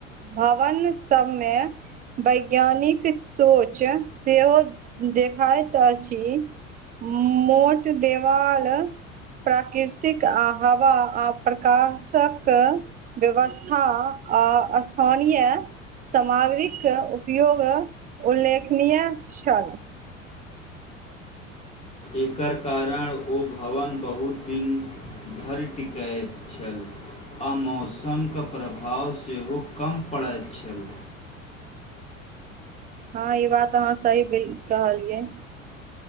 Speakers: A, on the right (about 20°); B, on the left (about 15°).
A: भवन सबमे- वैज्ञानिक सोच सेहो देखाइत अछि। मो-मोट देवाल, प्राकृतिक आ हवा। प्रकाशक व्यवस्था आ स्थानीय- समाग्रीके उपयोग उल्लेखनीय छल।
B: एकर कारण ओ भवन बहुत दिन- धरि टिकइत छल। आ मौसमके प्रभाव सेहो कम पड़ैत छल।
A: हँ ई बात अहाँ सही कहलियै।